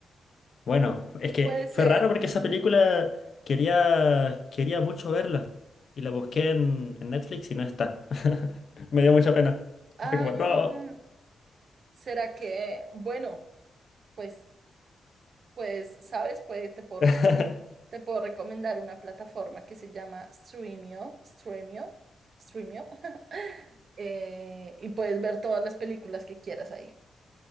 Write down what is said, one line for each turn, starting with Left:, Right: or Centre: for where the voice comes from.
Left: bueno, es que
Right: Puede ser.
Left: fue raro porque esa película quería, quería mucho verla y la busqué en, en Netflix y no está. <laughs> Me dio mucha pena.
Right: Ah,
Left: Fue como, no.
Right: ¿será que, bueno, pues Pues, ¿sabes? Puede, te puedo
Left: <laughs>
Right: recomendar, te puedo recomendar una plataforma que se llama Streamio, Streamio, Streamio, <laughs> eh, y puedes ver todas las películas que quieras ahí.